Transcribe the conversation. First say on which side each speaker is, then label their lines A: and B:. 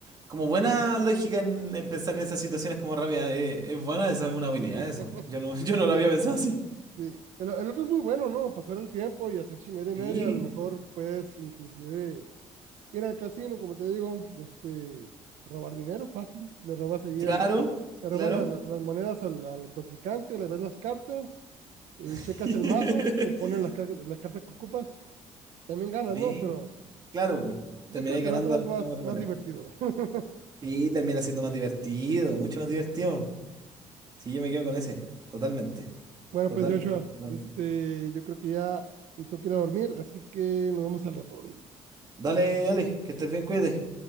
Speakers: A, on the right; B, on the right.
A: como buena lógica en, en pensar en esas situaciones como rápida. Es, es buena, esa es una habilidad,
B: Eh,
A: eso. Yo no, <laughs> yo no lo
B: de-
A: había pensado así.
B: de- el, el otro es muy bueno, ¿no? Pasar el tiempo y hacer chingadera y
A: Sí.
B: media, a lo mejor puedes inclusive ir al casino, como te digo, de este, robar dinero fácil, le robas ahí
A: Claro,
B: el, le robas
A: claro.
B: la- la- las monedas al, al contrincante, le ves las cartas, eh,
A: <laughs>
B: checas el mazo, te ponen las, car- la carta que ocupas, también ganas,
A: Sí,
B: ¿no? Pero
A: claro, po.
B: yo
A: termináis
B: creo que
A: ganando
B: el otro
A: de
B: es
A: alguna
B: más,
A: u otra
B: más
A: manera.
B: divertido. <laughs>
A: Y termina siendo más divertido, mucho más divertido. Sí, yo me quedo con ese, totalmente.
B: Bueno,
A: Total,
B: pues Joshua,
A: total, totalmente.
B: de este, yo creo que ya me tengo que ir a dormir, así que nos vemos al ratón.
A: Dale, dale, que estés bien, cuídate.